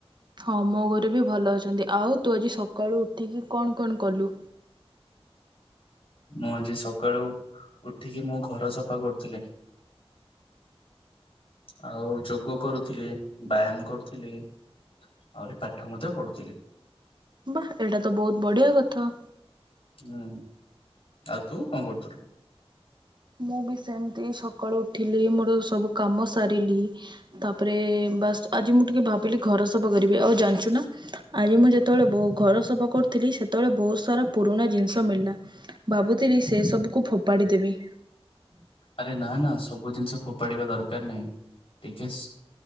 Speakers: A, on the right; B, on the left.
A: ହଁ ମୋ ଘରେ ବି ଭଲ ଅଛନ୍ତି। ଆଉ ତୁ ଆଜି ସକାଳୁ ଉଠିକି କଣ କଣ କଲୁ?
B: ମୁଁ ଆଜି ସକାଳୁ ଉଠିକି ମୁଁ ଘର ସଫା କରୁଥିଲି। ଆଉ ଯୋଗ କରୁଥିଲି ବ୍ୟାୟାମ କରୁଥିଲି। ଆହୁରି ପାଠ ମଧ୍ୟ ପଢ଼ୁଥିଲି।
A: ବାଃ ଏଇଟା ତ ବୋହୁତ ବଢ଼ିଆ କଥା।
B: ହୁଁ ଆଉ ତୁ କଁ କରୁଥୁଲୁ?
A: ମୁଁ ବି ସେମତି ସକାଳୁ ଉଠିଲି ମୋର ସବୁ କାମ ସାରିଲି। ତାପରେ ବାସ୍ ଆଜି ମୁଁ ଟିକେ ଭାବିଲି ଘର ସଫା କରିବି ଆଉ ଜାଣିଚୁ ନା ଆଜି ମୁଁ ଯେତୋଳେ ବୋ ଘର ସଫା କରୁଥିଲି ସେତୋଳେ ବୋହୁତ ସାରା ପୁରୁଣା ଜିନିଷ ମିଳିଲା। ଭାବୁଥିଲି ସେ ସବୁକୁ ଫୋପାଡ଼ି ଦେବି।
B: ଆରେ ନାଁ ନାଁ ସବୁ ଜିନିଷ ଫୋପାଡ଼ିବା ଦରକାର ନାହିଁ। ଟିକେ ସ୍